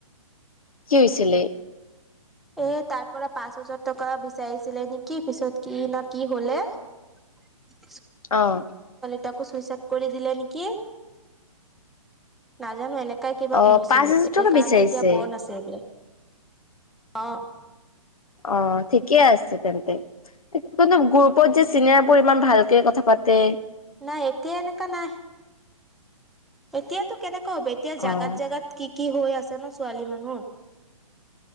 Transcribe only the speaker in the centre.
এ তাৰ পৰা পাঁচ হাজাৰ টকা বিচাৰিছিলে নেকি পিছত কি না কি হলে <unintelligible>
তাকো চুই চাইদ কৰি দিলে নেকি। নাজানো এনেকাই কিবা
শুনিছিলো
এই কাৰণে
এতিয়া বণ আছে এইবিলাক। অ',
নাই এতিয়া এনেকা নাই। এতিয়াতো কেনেকুৱা হ'ব এতিয়া
জাগাত- জাগাত কি -কি হৈ আছে ন' ছোৱালী মানুহৰ।